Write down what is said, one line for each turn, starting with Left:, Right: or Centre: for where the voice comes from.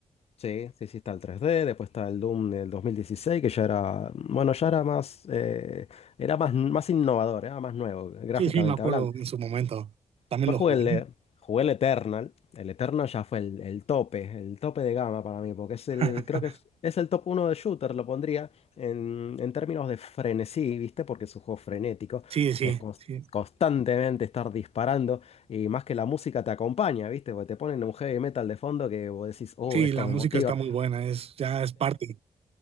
Left: Sí, sí, sí, está el 3D, después está el Doom del 2016, que ya era, bueno, ya era más, eh, era más, más innovador, era más nuevo, gráficamente
Right: Sí, sí, me acuerdo
Left: hablando.
Right: en su momento. También
Left: Después
Right: lo
Left: jugué
Right: jugué.
Left: el, eh, jugué el Eternal, el Eternal ya fue el, el tope, el tope de gama para mí, porque es el,
Right: <laughs>
Left: creo que es es el top uno de shooter, lo pondría en, en términos de frenesí, ¿viste? Porque es un juego frenético,
Right: Sí, sí,
Left: es cons-
Right: sí.
Left: constantemente estar disparando. Y más que la música te acompaña, ¿viste? Porque te ponen un heavy metal de fondo que vos decís, oh,
Right: Sí,
Left: esto
Right: la música
Left: me motiva.
Right: está muy buena, es, ya es parte.